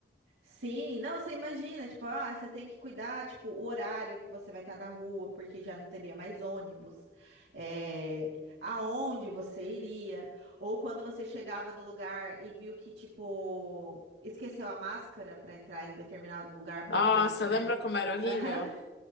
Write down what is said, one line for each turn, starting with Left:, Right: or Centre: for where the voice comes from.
Right: Sim, não, você imagina, tipo, ah, você tem que cuidar, tipo, o horário que você vai estar na rua, porque já não teria mais ônibus, é, aonde você iria, ou quando você chegava no lugar e viu que, tipo, esqueceu a máscara para entrar em determinado lugar,
Left: Nossa,
Right: por exemplo,
Left: lembra
Right: né?
Left: como era horrível?
Right: Aham.